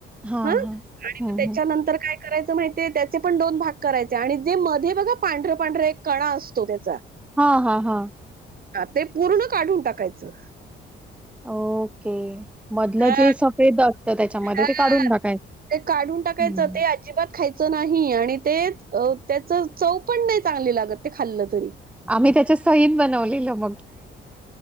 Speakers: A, in the centre; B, on the right (about 45°).
A: हां,
B: हा
A: हां.
B: आणि
A: हं,
B: मग त्याच्यानंतर
A: हं.
B: काय करायचं माहिती ते त्याचे पण दोन भाग करायचे आणि जे मध्ये बघा पांढरं पांढर एक कणा असतो त्याचा
A: हा हा हा
B: ते पूर्ण काढून टाकायचं
A: ओके मधलं
B: हा
A: जे सफेद असतं त्याच्यामध्ये
B: हा
A: ते काढून टाकायचं.
B: ते काढून टाकायचं
A: हं.
B: ते अजिबात खायच नाही आणि ते त्याच चव पण नाही चांगली लागत ते खाल्लं तरी
A: आम्ही त्याच्या सहीद बनवलेलं मग